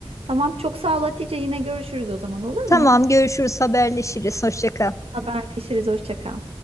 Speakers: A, on the right; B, on the left.
A: Tamam, çok sağ ol Hatice. Yine görüşürüz o zaman olur mu?
B: Tamam, görüşürüz, haberleşiriz. Hoşça kal.
A: Haberleşiriz. Hoşça kal.